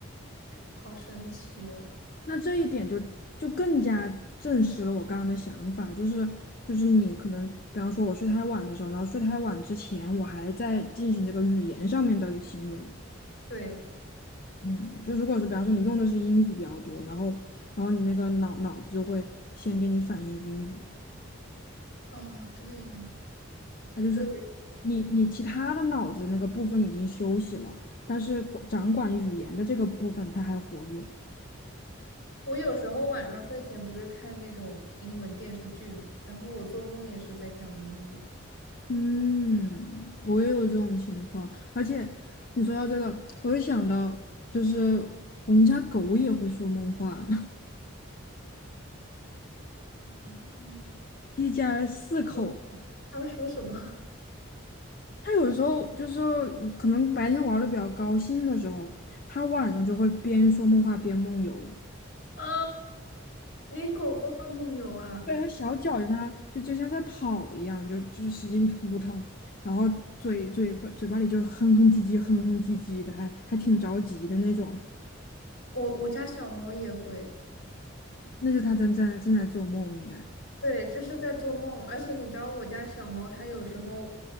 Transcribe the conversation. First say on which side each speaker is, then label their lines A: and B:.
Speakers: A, on the left; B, on the left.
A: 好神奇哦。
B: 那这一点就就更加证实了我刚刚的想法，就是就是你可能，比方说我睡太晚的时候，然后睡太晚之前，我还在进行这个语言上面的行为。
A: 对，
B: 嗯，就如果是比方说你用的是英语比较多，然后然后你那个脑脑子就会先给你反应英语，
A: 啊，对。
B: 它就是你你其他的脑子那个部分已经休息了，
A: 对，
B: 但是管掌管语言的这个部分它还活跃。
A: 我有时候晚上睡前不是看那种英文电视剧嘛，然后我做梦也是在讲英语。
B: 嗯，我也有这种情况，而且你说到这个，我又想到，就是我们家狗也会说梦话，
A: 嗯，
B: <laughs> 一家四口。
A: 我他会说什么
B: 他有时候就是可能白天玩的比较高兴的时候，他晚上就会边说梦话边梦游，
A: <laughs> 啊？你狗狗的梦游啊？
B: 对，他小脚在那儿就就像在跑一样，就就是使劲扑腾，然后嘴嘴巴嘴巴里就哼哼唧唧哼哼唧唧的，还还挺着急的那种，
A: 我我家小猫也会，
B: 那是他正在正在做梦，应该
A: 对，就是在做梦，而且你知道我家小猫它有时候